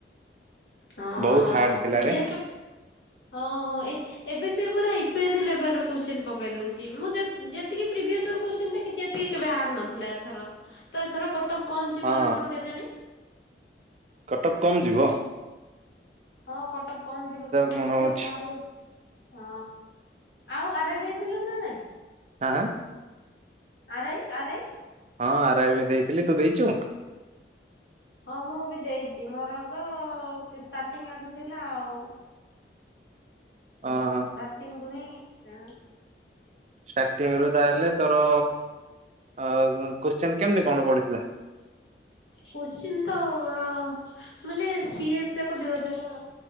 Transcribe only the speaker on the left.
ହଁ
ଜିଏସ୍ ପେପର୍ ହଁ ହଁ ଏ ଏବେ ସେ ପୁରା ଇପେଜି ଲେବଲ୍ ର କୋଶ୍ଚିନ୍ ପକେଇ ଦଉଚି ମୁଁ ଯେ ଯେତିକି ପ୍ରିଭିଅସର୍ କୋଷ୍ଚିନ୍ ଦେଖିଛି ଏତି କେବେ ହାର୍ ନଥିଲା ଏଥର ତ ଏଥର କଟପ କମ ଯିବ
ନା କଣ କେଜାଣି।
ହୁଁ
ହଁ କଟପ୍ କମ୍ ଯିବ ତ ଦେଖାଯାଉ
କଣ ହଁ ଆଉ ଆର୍ ଆଇ ଦେଇଥିଲେନା ନାଇଁ।
R I R I.
ହଁ ମୁଁ ବି ଦେଇଚି ମୋର ଏବେ ଷ୍ଟାର୍ଟିଂ ଆଡୁ ଥିଲା ଆଉ। ଷ୍ଟାଟିଙ୍ଗ
ରୁ ହିଁ ଥିଲା।
କୋଶ୍ଚିିନ ତ ଅ ମାନେ ସିଏସ୍ ଯାକ ଦୁଇ ହଜାର